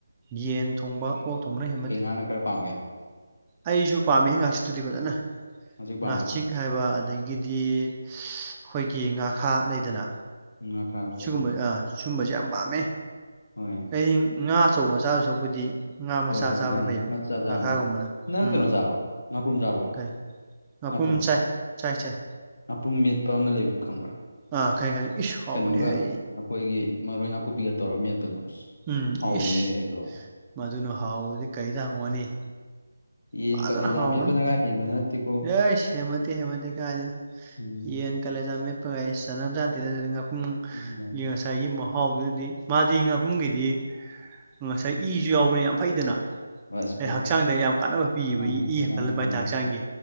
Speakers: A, on the right (about 20°); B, on the left (about 70°).
A: ꯌꯦꯟ ꯊꯣꯡꯕ ꯑꯣꯛ ꯊꯣꯡꯕꯅ ꯍꯦꯟꯕꯣꯠꯗꯦ
B: ꯅꯪꯅ ꯈꯔ ꯄꯥꯝꯒꯦ
A: ꯑꯩꯁꯨ ꯄꯥꯝꯃꯦꯍꯦ ꯉꯥꯆꯤꯛꯇꯨꯗꯤ ꯐꯖꯅ
B: ꯍꯧꯖꯤꯛ ꯄꯥꯝꯃꯦ
A: ꯉꯥꯆꯤꯛ ꯍꯥꯏꯕ ꯑꯗꯒꯤꯗꯤ ꯑꯩꯈꯣꯏꯒꯤ ꯉꯥꯈꯥ ꯂꯩꯗꯅ
B: ꯎꯝ ꯉꯥꯈ ꯈꯔꯁꯨ
A: ꯁꯤꯒꯨꯝꯕꯩ ꯑꯥ ꯁꯤꯒꯨꯝꯕꯁꯦ ꯌꯥꯝ ꯄꯥꯝꯃꯦ
B: ꯍꯣꯏ
A: ꯍꯌꯦꯡ ꯉꯥ ꯑꯆꯧꯕ ꯆꯥꯥꯗꯣꯏ ꯁꯔꯨꯛꯄꯨꯗꯤ ꯉꯥ ꯃꯆꯥ
B: ꯍꯣꯏ ꯍꯣꯏ
A: ꯆꯥꯕꯅ
B: ꯃꯥꯅꯦ
A: ꯐꯩ ꯑꯕ
B: ꯃꯆꯥ
A: ꯉꯥꯈꯥꯒꯨꯝꯕꯅ
B: ꯆꯥꯔꯦ ꯅꯪ
A: ꯎꯝ
B: ꯀꯩꯅꯣ ꯆꯥꯕ꯭ꯔꯣ ꯉꯥꯄ꯭ꯔꯨꯝ ꯆꯥꯕ꯭ꯔꯣ
A: ꯀꯔꯤ ꯉꯥꯄꯨꯝ
B: ꯉꯥꯄ꯭ꯔꯨꯝ
A: ꯆꯥꯏ ꯆꯥꯏ ꯆꯥꯏ
B: ꯉꯥꯄ꯭ꯔꯨꯝ ꯃꯦꯠꯄ ꯑꯃ ꯂꯩꯕꯗꯣ ꯈꯪꯕ꯭ꯔꯥ
A: ꯑꯥ ꯈꯪꯉꯦ ꯈꯪꯉꯦ ꯏꯁ ꯍꯥꯎꯕꯅꯤꯍꯦ
B: ꯀꯩꯅꯣꯒ ꯑꯈꯣꯏꯒꯤ ꯃꯔꯣꯏ ꯅꯥꯀꯨꯞꯄꯤꯒ ꯇꯧꯔ ꯃꯦꯠꯄꯗꯣ ꯑꯁ
A: ꯎꯝ
B: ꯍꯥꯎꯕꯅꯤꯍꯦ
A: ꯏꯁ
B: ꯑꯗꯣ
A: ꯃꯗꯨꯅ ꯍꯥꯎꯕꯗꯨꯗꯤ ꯀꯩꯗ ꯍꯪꯉꯨꯅꯤ
B: ꯌꯦꯟ
A: ꯐꯥꯖꯅ
B: ꯀꯂꯦꯖꯥ
A: ꯍꯥꯎꯕꯅꯤ
B: ꯃꯦꯠꯄꯅꯒ ꯍꯦꯟꯕ ꯅꯠꯇꯦꯀꯣ
A: ꯑꯦꯁ ꯍꯦꯃꯟꯇꯦ ꯍꯦꯃꯟꯇꯦ ꯀꯥꯏꯗꯩꯅꯣ
B: ꯎꯝ
A: ꯌꯦꯟ ꯀꯂꯦꯖꯥ ꯃꯦꯠ ꯑꯩꯁ ꯆꯟꯅꯕ ꯖꯥꯠ ꯅꯠꯇꯦꯗ ꯑꯗꯨꯗꯤ ꯉꯥꯄꯨꯝ
B: ꯎꯝ
A: ꯒꯤ ꯉꯁꯥꯏꯒꯤ ꯃꯍꯥꯎꯗꯨꯗꯗꯤ ꯃꯥꯗꯤ ꯉꯥꯄꯨꯝꯒꯤꯗꯤ ꯉꯁꯥꯏ ꯏꯁꯨ ꯌꯥꯎꯕꯅꯤꯅ ꯌꯥꯝ ꯐꯩꯗꯅ
B: ꯑꯁ
A: ꯑꯩ
B: ꯐꯩ
A: ꯍꯛꯆꯥꯡꯗ
B: ꯐꯩ
A: ꯌꯥꯝ ꯀꯥꯟꯅꯕ ꯄꯤꯕ
B: ꯃꯥꯅꯦ
A: ꯏ
B: ꯍꯛꯆꯥꯡ
A: ꯏ ꯍꯦꯟꯀꯠꯍꯟꯕ
B: ꯀꯥꯟꯅꯕ
A: ꯍꯥꯏꯇꯥꯔꯦ ꯍꯛꯆꯥꯡꯒꯤ
B: ꯄꯤ